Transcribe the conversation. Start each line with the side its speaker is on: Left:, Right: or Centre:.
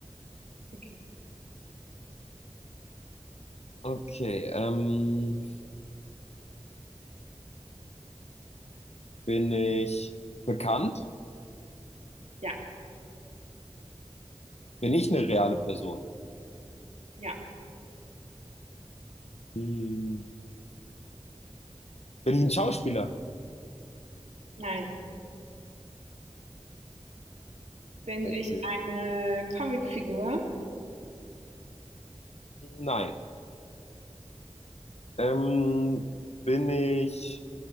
Right: Okay.
Left: Okay. Ähm, bin ich bekannt?
Right: Ja,
Left: Bin ich eine reale Person?
Right: ja,
Left: Hm. Bin ich ein Schauspieler?
Right: nein. Bin
Left: Okay.
Right: ich eine Comicfigur?
Left: Nein. Ähm, bin ich